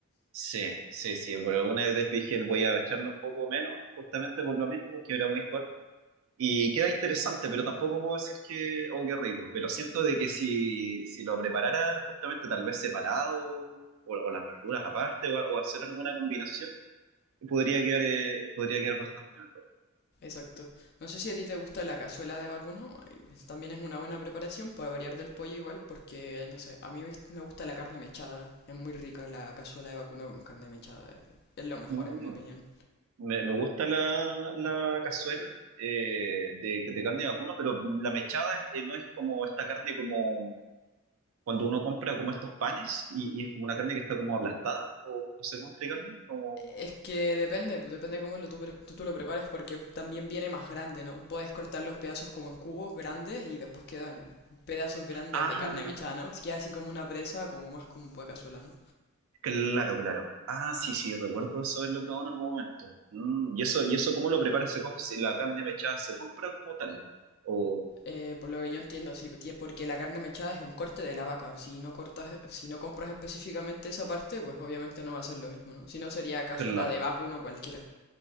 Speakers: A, on the right; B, on the left.
A: Sí, sí, sí, por alguna vez dije, voy a echarle un poco menos, justamente por lo mismo, porque era muy fuerte. Y queda interesante, pero tampoco puedo decir que, oh, qué rico. Pero siento de que si, si lo preparara justamente tal vez separado o, o las verduras aparte o, o hacer alguna combinación, podría quedar, eh, podría quedar bastante mejor.
B: Exacto. No sé si a ti te gusta la cazuela de vacuno, eh, es- también es una buena preparación para variar del pollo igual, porque no sé, a mí me me gusta la carne mechada, es muy rica la cazuela de vacuno con carne mechada, eh, es lo mejor
A: Mm,
B: en mi opinión.
A: Me, me gusta la, la cazuela eh, de, de carne de vacuno, pero la mechada es- eh, no es como esta carne como cuando uno compra como estos panes y, y es como una carne que está como aplastada o no sé cómo explicarlo. Como...
B: Es que depende, pues, depende cómo lo tú, pre- tú, tú lo prepares, porque también viene más grande, ¿no? Puedes cortar los pedazos como en cubos grandes y después quedan pedazos grandes
A: Ah,
B: de carne mechada, ¿no? Es que así como una presa, como más como vaca cazuela, ¿no?
A: Claro, claro. Ah, sí, sí, recuerdo eso haberlo probado en algún momento. Mm, ¿y eso, y eso cómo lo prepara? ¿Se, com- si la carne mechada se compra como tal? O,
B: Eh, por lo que yo entiendo, sí, porque porque la carne mechada es un corte de la vaca. Si no cortas, si no compras específicamente esa parte, pues obviamente no va a ser lo mismo, ¿no? Si no sería cazuela
A: claro.
B: de vacuno cualquiera.